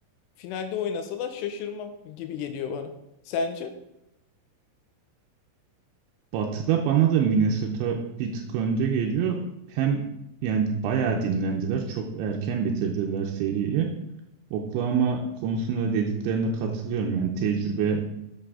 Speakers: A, on the left; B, on the right.
A: finalde oynasalar şaşırmam gibi geliyor bana. Sence?
B: Batı'da bana da Minnesota bir tık önde geliyor. Hem yani bayağı dinlendiler. Çok erken bitirdiler seriyi. Oklahoma konusunda dediklerine katılıyorum. Yani tecrübe